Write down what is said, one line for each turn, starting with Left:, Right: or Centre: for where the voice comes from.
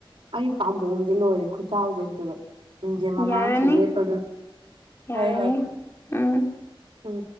Right: ꯑꯩ ꯄꯥꯝꯕꯣꯝꯁꯦ ꯂꯣꯏꯔꯦ ꯈꯨꯆꯥꯎ ꯍꯧꯖꯤꯦꯛꯇꯗ ꯃꯤꯡꯖꯦꯜ ꯃꯃꯥꯡꯁꯦ
Left: ꯌꯥꯔꯅꯤ
Right: ꯂꯦꯞꯄꯒ
Left: ꯌꯥꯔꯅꯤ
Right: ꯍꯣꯏ ꯍꯣꯏ
Left: ꯎꯝ
Right: ꯎꯝ